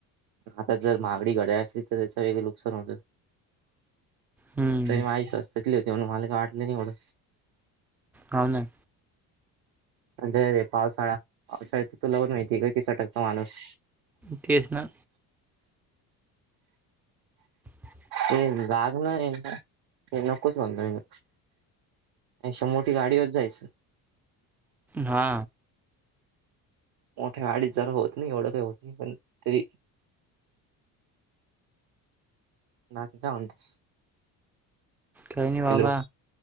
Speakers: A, on the right; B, in the centre.
A: आता जर महागडी घडायला. असेल तर त्याच वेगळं नुकसान होतं.
B: हम्म
A: तरी माझई स््वस्ततली होती म्हणून मला काय वाटलं नाही एवढं
B: हो ना
A: अ अे पावसाळा पावसाळ्या तर तुला पण माहितीय आहे का तिसटकतो माणूस
B: तेच ना ह
A: ते लागणार आहे का नकोच म्हणलं मी अक्षा मोठी गाडीवर जायचं
B: हा
A: मोठ्या गाडीत जरा होत नाही एवढं काही होत नाही पण तरी बाकी काय म्हणतोस?
B: काही नाही बाबा
A: हॅलो...